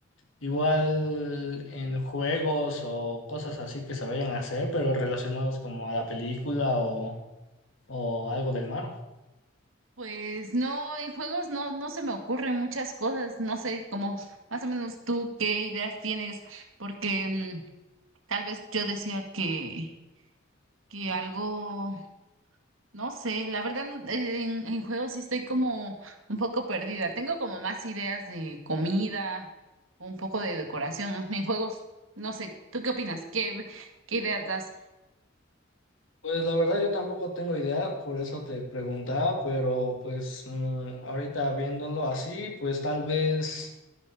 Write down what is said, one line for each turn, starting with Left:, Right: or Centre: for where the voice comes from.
Left: igual en juegos o cosas así que se vayan a hacer, pero relacionados como a la película o, o algo del mar.
Right: Pues no, en juegos no, no se me ocurren muchas cosas, no sé, como más o menos tú qué ideas tienes, porque mm, tal vez yo decía que, que algo No sé, la verdad eh, en, en juegos sí estoy como un poco perdida. Tengo como más ideas de comida o un poco de decoración en juegos. No sé, ¿tú qué opinas? ¿Qué, qué ideas das?
Left: Pues la verdad yo tampoco tengo idea, por eso te preguntaba, pero pues mm, ahorita viéndolo así, pues tal vez,